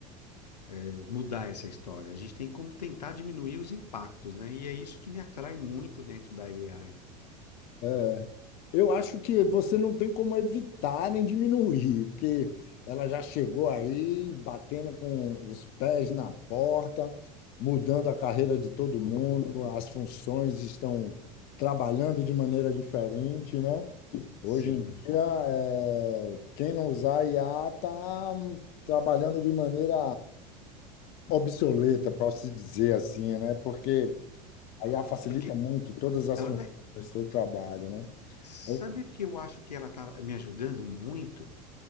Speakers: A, on the left; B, on the left.
A: eh, mudar essa história. A gente tem como tentar diminuir os impactos, né? E é isso que me atrai muito dentro da AI.
B: É, eu acho que você não tem como evitar nem diminuir, porque ela já chegou aí batendo com os pés na porta, mudando a carreira de todo mundo, as funções estão trabalhando de maneira diferente, né?
A: Sim.
B: Hoje em dia, é, quem não usar IA está trabalhando de maneira obsoleta, para se dizer assim, né? Porque a IA facilita
A: Porque
B: muito todas as
A: ela,
B: funções
A: né,
B: do seu trabalho, né?
A: sabe
B: Eu
A: o que eu acho que ela está me ajudando muito?